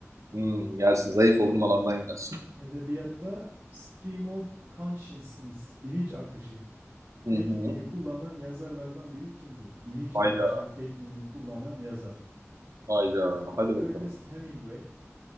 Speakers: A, on the right; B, on the right.
A: Hmm, gelsin. Zayıf olduğum alandan gelsin.
B: Edebiyatta stream of consciousness bilinç akışı
A: Hı
B: tekniğini
A: hı.
B: kullanan yazarlardan biri kimdir? Bilinç
A: Hayda.
B: akışı tekniğini kullanan yazar.
A: Hayda. Hadi
B: Ernest
A: bakalım.
B: Hemingway,